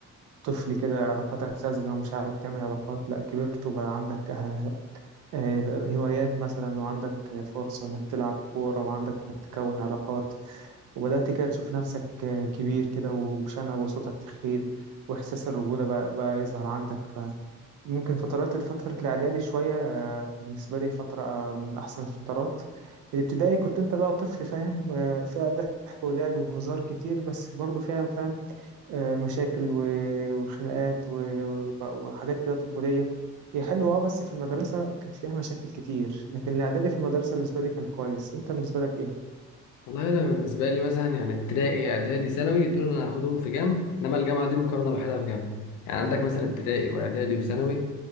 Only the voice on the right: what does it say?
طفل كده علاقاتك ساذجة ومش عارف تعمل علاقات لا كبرت وبقى عندك اه- اه هوايات مثلا وعندك فرصة انك تلعب كورة وعندك انك تكون علاقات وبدأت كده تشوف نفسك اه كبير كده وبشنب وصوتك تخين وإحساس الرجولة بقى, بقى يظهر عندك فممكن فترات فترة الإعدادي شوية اه بالنسبة لي فترة اه من أحسن الفترات الابتدائي كنت انت بقى طفل فاهم آه، فيها ضحك ولعب وهزار كتير بس برضه فيها فاهم آه، مشاكل و- وخناقات و- وحاجات كده طفولية هي حلوة اه بس في المدرسة كان فيها مشاكل كتير لكن الإعدادي في المدرسة بالنسبة لي كان كويس أنت بالنسبة لك إيه؟